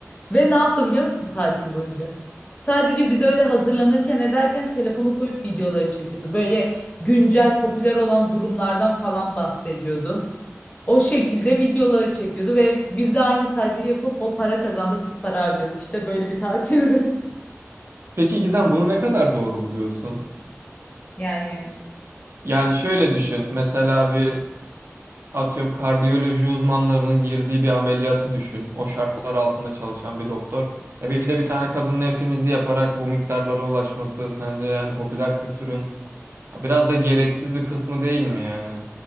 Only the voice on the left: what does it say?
Ve ne yaptı biliyor musun tatil boyunca? Sadece biz öyle hazırlanırken ederken telefonu koyup videoları çekiyordu. Böyle güncel popüler olan durumlardan falan bahsediyordu. O şekilde videoları çekiyordu ve biz de aynı tatili yapıp o para kazandı biz para harcadık. İşte böyle bir tatildi. <laughs>
Yani